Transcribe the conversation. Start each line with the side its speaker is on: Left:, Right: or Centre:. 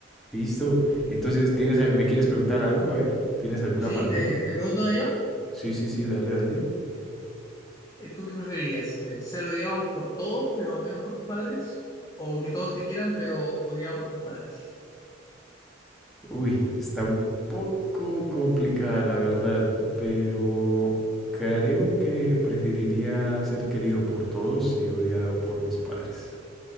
Centre: Listo. Entonces, ¿tienes, me quieres preguntar algo? A ver, ¿tienes alguna
Left: sí,
Centre: para
Left: te,
Centre: mí?
Left: te pregunto ¿no, yo.
Centre: Sí, sí, sí, dale, dale.
Left: Eh, ¿Tú qué preferirías? Eh, ¿ser odiado por todos, pero menos por tus padres? ¿O que todos te quieran, pero odiado por tus padres?
Centre: Uy, está un poco complicada la verdad, pero creo que preferiría ser querido por todos y odiado por mis padres.